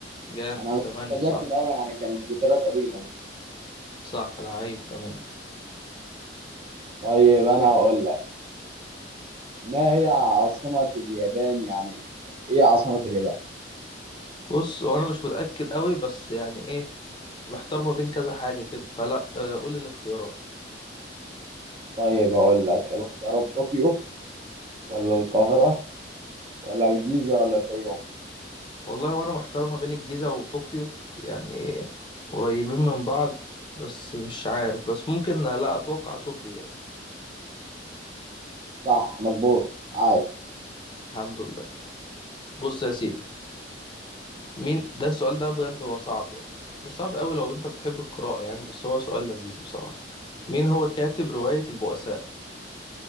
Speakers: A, on the left; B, on the right.
A: جامد
B: أنا مش
A: تمانية
B: متذكر
A: صح
B: أوي يعني كانت ذكريات قديمة دي
A: صح لعيب تمانية
B: طيب أنا هقول لك ما هي عاصمة اليابان يعني إيه عاصمة اليابان؟
A: بص وأنا مش متأكد قوي بس يعني إيه محتار ما بين كذا حاجة كده فلا آه، قول الاختيارات
B: طيب هقول لك الاختيارات طوكيو ولا القاهرة ولا الجيزة ولا الفيوم؟
A: والله وأنا محتار ما بين الجيزة وطوكيو يعني قريبين من بعض بس مش عارف بس ممكن آه، لا أتوقع طوكيو يعني
B: صح مظبوط عاش
A: الحمد لله بص يا سيدي مين ده السؤال ده بجد هو صعب يعني مش صعب قوي لو انت بتحب القراءة يعني بس هو سؤال لذيذ بصراحة مين هو كاتب رواية البؤساء